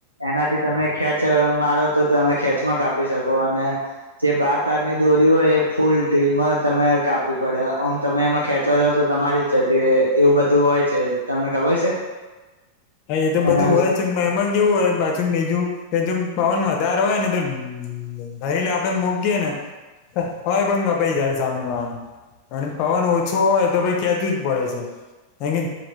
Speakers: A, on the right; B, on the left.
A: એનાથી તમે ખેંચ મારો તો તમે ખેંચમાં કાપી શકો અને જે બાર તારની દોરી હોય એ ફૂલ ઢીલમાં તમે કાપવી પડે ઓમ તમે એમાં ખેંચવા જાવ તો તમારી જ જતી રે એવું બધું હોય છે, તમને ખબર છે
B: હા એ તો બધું
A: એના વિશે
B: હોય છે, એમાં કેવું હોય બીજું કે જોમ પવન વધારે હોય ને તો દહીલ આપણે મૂકીયએ ને હોય પણ ગપાઈ જાય સામે વાનું અને પવન ઓછો હોય તો ભઈ ખેંચવું જ પડે છે કારણ કે